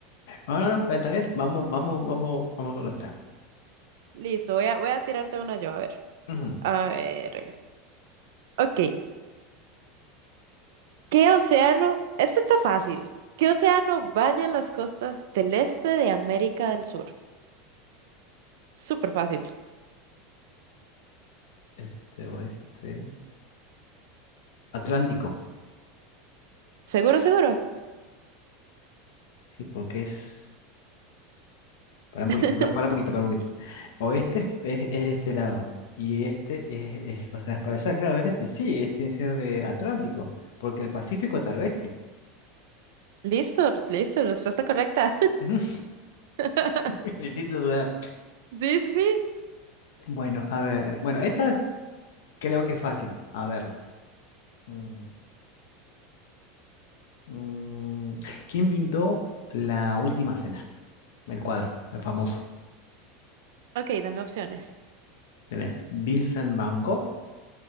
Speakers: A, on the left; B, on the right.
A: No, no, no, pero está bien. Vamos, vamos, vamos, vamos con otra.
B: Listo, voy a, voy a tirarte una yo, a ver.
A: Ujú.
B: A ver. Ok. ¿Qué océano? Este está fácil. ¿Qué océano baña las costas del este de América del Sur? Súper fácil.
A: Este oeste. Atlántico.
B: Seguro, seguro.
A: Sí, porque es. Para un poquito,
B: <laughs>
A: para, un poquito, para un poquito. Oeste es, es de este lado. Y este es, es- o sea, es para allá, claro, el este. Sí, este es el eh, Atlántico, porque el Pacífico está al oeste.
B: Listo, listo, respuesta correcta.
A: <laughs> Me
B: <laughs>
A: hiciste dudar.
B: Sí, sí, sí.
A: Bueno, a ver. Bueno, esta es- creo que es fácil. A ver. mm, mm, ¿quién pintó La Última Cena? El cuadro, el famoso.
B: Ok, dame opciones.
A: Tenés Vincent Van Gogh,